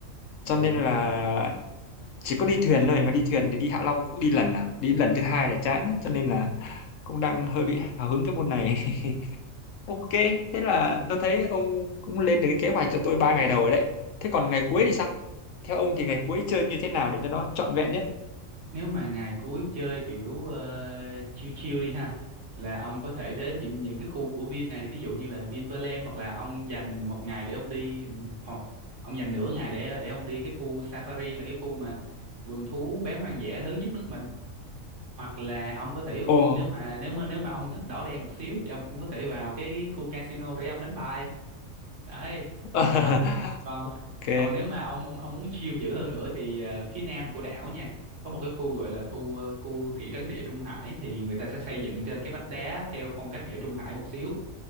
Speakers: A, on the left (about 70°); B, on the right (about 60°).
A: cho
B: đúng
A: nên là chỉ có đi thuyền thôi mà đi thuyền thì đi Hạ Long cũng đi lần à đi lần thứ hai là chán đấy cho nên là cũng đang hơi bị hào hứng cái môn này <laughs> ok thế là tôi thấy ông cũng lên được cái kế hoạch cho tôi ba ngày đầu rồi đấy thế còn ngày
B: Ừ.
A: cuối thì sao theo ông thì ngày cuối chơi như thế nào để cho nó trọn vẹn nhất
B: nếu mà ngày cuối chơi kiểu ờ, chill chill đi ha là ông có thể đến những những cái khu của Vin này ví dụ như là Vinpearl hoặc là ông dành một ngày để ông đi ừ, hoặc ông dành nửa ngày để để ông đi cái khu Safari là cái khu mà vườn thú bán hoang dã lớn nhất nước mình hoặc là ông có thể
A: ồ
B: nếu mà nếu mà nếu mà ông thích đỏ đen một xíu thì ông cũng có thể vào cái khu casino để ông đánh bài đấy
A: <laughs>
B: còn còn
A: ok
B: còn nếu mà ông ông ông muốn chill dữ hơn nữa thì ờ, phía nam của đảo nha có một cái khu gọi là thu ờ, khu thị trấn địa trung hải thì người ta sẽ xây dựng trên cái vách đá theo phong cách địa trung hải một xíu